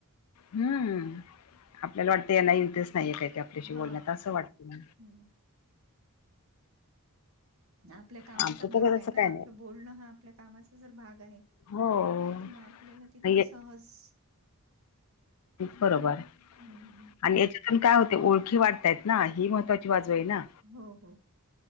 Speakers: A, on the left; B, on the right.
A: हम्म आपल्याला वाटतें यांना इंटरेस्ट नाहीये काही की आपल्याशी
B: हा
A: बोलण्यात असं
B: हा
A: वाटत?
B: हम्म आपल्या कामाचा
A: आमचं
B: भाग
A: तर
B: आहे
A: तसं
B: ना
A: काय
B: आपलं
A: नाही
B: बोलणं हा आपल्या कामाचा जर भाग आहे
A: हो!
B: तर मग आपल्याला
A: नाही
B: तितकं सहज.
A: बरोबर
B: हम्म
A: आणि याच्यात काय होतय ओळखी वाढतायत ना ही महत्वाची बाजू आहे ना?
B: हो हो